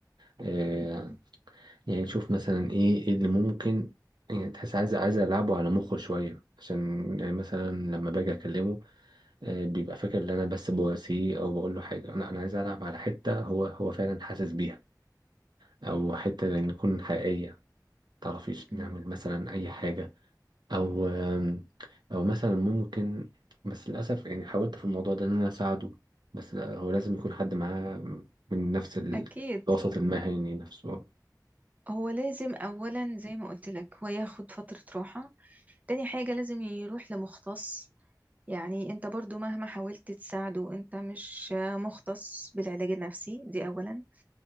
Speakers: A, on the right; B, on the right.
A: آه،
B: <laughs>
A: يعني نشوف مثلا إيه إيه اللي ممكن يعني تحس عايز عايز ألعبه على مخه شوية عشان يعني مثلا لما باجي أكلمه آه، بيبقى فاكر إن أنا بس بواسيه أو بقول له حاجة أنا أنا عايز ألعب على حتة هو هو فعلا حاسس بيها أو حتة يعني تكون حقيقية متعرفيش
B: مم.
A: نعمل مثلا أي حاجة او او مثلا ممكن بس للاسف يعني حاولت في الموضوع ده ان انا اساعده بس لا، هو لازم يكون حد معاه من نفس ال-
B: أكيد
A: الوسط المهني نفسه
B: هو لازم أولا زي ما قلت لك هو ياخد فترة راحة تاني حاجة لازم يروح لمختص يعني انت برضو مهما حاولت تساعده انت مش مختص بالعلاج النفسي دي اولا